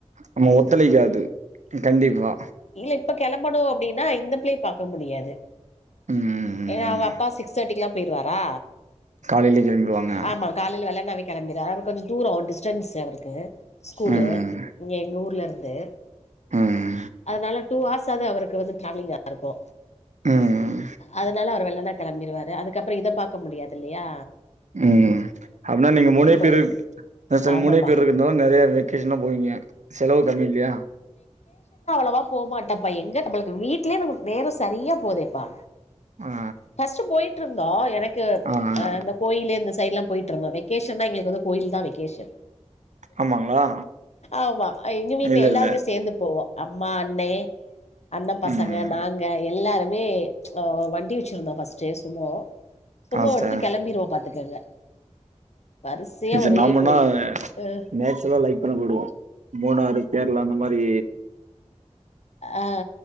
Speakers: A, on the right; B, on the left.
A: ஆமா ஒத்துழைக்காது கண்டிப்பா
B: இல்ல இப்ப கெளம்பணு அப்டின்னா இந்த பிள்ளய பாக்க முடியாது
A: ம் ம்
B: ஏன்னா
A: ம்
B: அவுங் அப்பா சிக்ஸ் தேட்டிக்ல்லா போய்ருவாரா
A: காலையிலயே கெளம்பிடுவாங்க
B: ஆமா காலில வெள்ளனவே கெளம்பிற ஆனாலு கொஞ்சு தூரோ டிஸ்டன்ஸு அவருக்கு ஸ்கூலு
A: ம்
B: இங்க எங்க ஊர்ல இருந்து
A: ம்
B: அதனால டூ ஆர்ஸ் ஆது அவருக்கு வந்து ட்ராவ்லிங்கா இருக்கு
A: ம்
B: அதனால அவரு வெள்ளன்னா கெளம்பிருவாரு அதுக்கப்பறோ இத பா க்க முடியாதில்லையா
A: ம் அப்னா நீங்க மூனே
B: போய்
A: பேரு அதா சிஸ்டர் நீங்
B: ஆமாப்பா
A: மூனே பேரு இருக்குத்னால நெறையா வெக்கேஷன்லா போவீங்க செலவு கம்மி இல்லியா
B: அவ்ளவா போமாட்டேபா எங்க நம்மளுக்கு வீட்லே நமக் நேரோ சரியா போதேப்பா
A: ஆ
B: ஃபஸ்டு போய்ட்ருந்தோ என அ
A: ஆ ஆ
B: இந்த கோயிலு இந்த சைட்ல்லா போய்ட்ருந்தோ வெகேஷன்னா எங்களுக்கு வந்து கோயில் தா வெகேஷன்
A: ஆமாங்களா
B: ஆமா எங்க வீட்ல
A: இல்ல
B: எல்லாருமே
A: இல்ல
B: சேந்து போவோ அம்மா அண்ணே அண்ண பசங்க
A: ம்
B: நாங்க எல்லாரு மே ஒ வண்டி வெச்சிருந்தோ ஃபஸ்ட்டு சுமோ சுமோ
A: ஆ
B: எடுத்துட்டு
A: சார்
B: கெளம்பிருவோ பாத்துக்கங்க வரிசையா
A: ஸ்செர்
B: ஒரே
A: நாம்மன்னா
B: கோயிலு அ
A: நேச்சுர்லா லைக் பண்ண போய்டுவோ மூணாறு கேரளா அந்த மா ரி
B: அ